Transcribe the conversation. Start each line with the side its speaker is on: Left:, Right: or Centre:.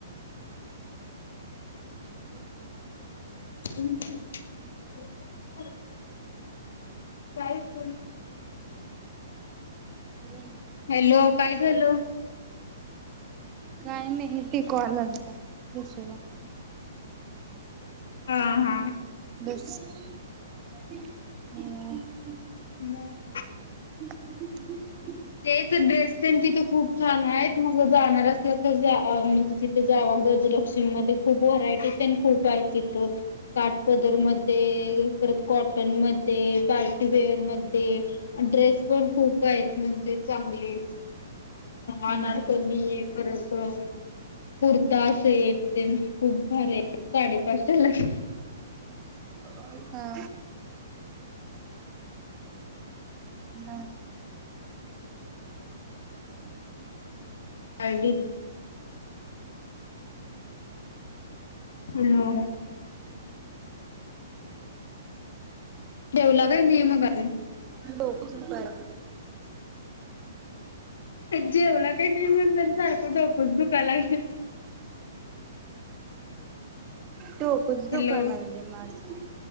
Right: <unintelligible>
Left: <unintelligible>
Right: हॅलो.
Left: हॅलो काय झालं?
Right: काय नाही ते कॉल आलता दुसरा.
Left: आं हां.
Right: बस हम्म.
Left: मग.
Right: <unintelligible>
Left: तेच ड्रेस तेन तिथं खूप छान आहेत म ग जाणार असला तर जावा म्हणजे तिथ जावा गजलक्ष्मी मध्ये जावा खूप व्हरायटी तेन खूप आहेत तिथं काटपदर मध्ये परत कॉटन म ध्ये पार्टीवेअर मध्ये ड्रेस पण खूप आहेत. म्हणजे चांगले
Right: हम्म
Left: अनारकली परत मल कुर्ता सेट तेन खूप भारी आहे साडेपाचशेला. <unintelligible>
Right: हा हा.
Left: ID hello. ठेवला काय नाही मग अजून?
Right: डोक दुःखालत.
Left: जेवला काय नाही म्हणताना सारखं डोकच दुखाय लागलय.
Right: डोकच दुखायला
Left: हॅलो
Right: लागलाय माझा.